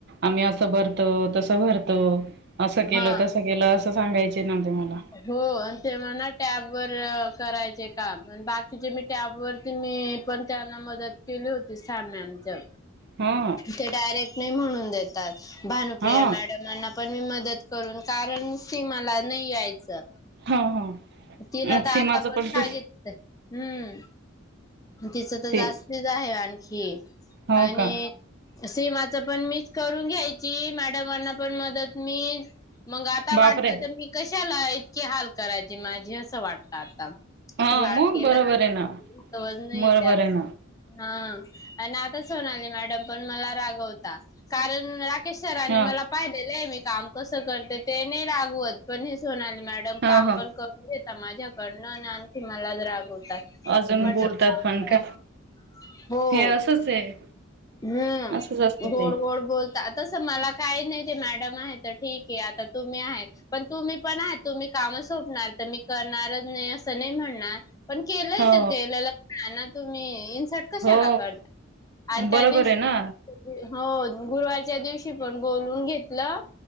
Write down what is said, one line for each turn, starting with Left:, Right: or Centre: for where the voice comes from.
Right: आम्ही असं भरतो तसं भरतो असं केलं
Left: हा
Right: तसं केलं असं सांगायचे ना ते मला.
Left: हो आणि तेव्हा ना टॅबवर करायचे काम आण बाकीचे मी टॅबवर परत मी पण त्यांना मदत केली होती साम्याच्या
Right: हा.
Left: ते डायरेक्ट नाही म्हणून देतात भानुप्रिया
Right: हा
Left: मॅडमांना पण मी मदत करून कारण सि मला नाही यायचं.
Right: हा हा
Left: तिला
Right: मग
Left: त आता
Right: सीमाचं
Left: पण का
Right: तू
Left: घेत हम, तिचं तर
Right: सीम
Left: जास्तीच आहे आणखी.
Right: हो
Left: आणि‌
Right: का
Left: सिमाचं पण मीच करून घ्यायची मॅडमांना पण मदत मी मग आता
Right: बापरे
Left: वाटत तर मी कशाला इतके हाल करायची माझी असं वाटतं आता.
Right: हा
Left: लाडकेला
Right: मग बरोबर
Left: <unintelligible>
Right: आहे ना
Left: नाही
Right: बरोबर
Left: त्यात
Right: आहे ना
Left: हा आण आताच सोनाली मॅडम पण मला रागवता कारण रा त्री सरानी
Right: हा
Left: मला पाहिलेलं आहे मी काम कसं करते ते नाही रागवत पण हे सोनाली मॅडम
Right: हा
Left: काम
Right: हा
Left: पण करून घेता माझ्याकडनं आण आणखी मलाच रागवतात.
Right: अजून
Left: माझं
Right: बोलतात
Left: काम
Right: पण
Left: हे
Right: का
Left: ना. हो
Right: हे असंच आहे
Left: हम्
Right: असंच असतं
Left: गोड
Right: ते
Left: गोड बोलतात तस मला काय नाही ते मॅडम आहे तर ठीक हे आता तुम्ही आहेत पण तुम्ही पण आ तुम्ही काम सोपणार तर मी करणारच नाही असं नाही म्हणणार पण केलंय
Right: हो
Left: ते केलेलं म्हणा ना तुम्ही इन्सर्ट कशाला
Right: हो
Left: करता आणि त्या
Right: बरोबर
Left: दिवशी
Right: आहे ना
Left: हो गुरुवारच्या दिवशी पण बोलून घेतलं